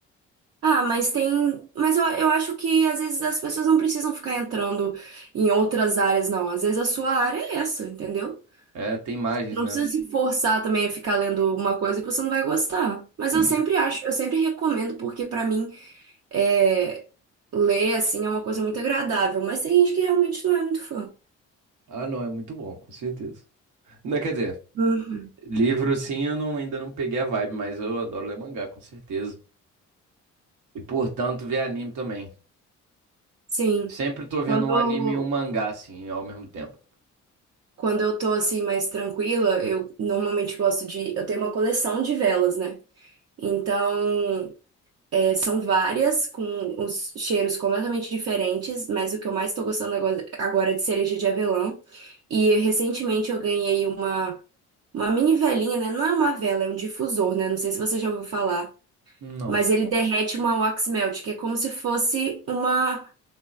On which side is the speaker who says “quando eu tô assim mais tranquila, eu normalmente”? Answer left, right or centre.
Right